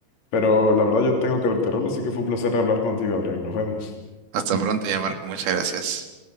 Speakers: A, on the left; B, on the right.
A: Pero la verdad, yo tengo que retirarme, así que fue un placer hablar contigo, Adrián. Nos vemos.
B: Hasta pronto, ya Marco, muchas gracias.